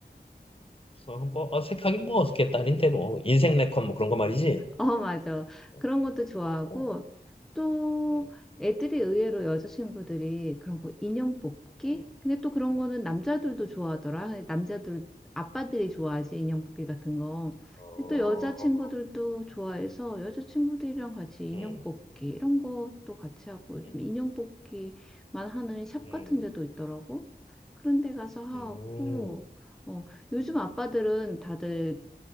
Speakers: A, on the left (about 35°); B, in the centre.
A: 그래서 한번 어색하긴 뭐 어색해 딸인데 뭐 인생 네컷뭐 그런 거 말이지.
B: 어, 맞아.
A: 어,
B: 그런 것도 좋아하고,
A: 어,
B: 또
A: 음,
B: 애들이 의외로 여자친구들이 그런 거 인형 뽑기?
A: 음.
B: 근데 또 그런 거는 남자들도
A: 음.
B: 좋아하더라. 그 남자들, 아빠들이 좋아하지, 인형 뽑기 같은 거.
A: 어,
B: 근데 또 여자친구들도 좋아해서 여자친구들이랑 같이 인형
A: 음,
B: 뽑기 이런 것도 같이 하고 요즘
A: 음,
B: 인형 뽑기만 하는 샵
A: 음,
B: 같은 데도 있더라고. 그런 데 가서 하고,
A: 음,
B: 어, 요즘 아빠들은 다들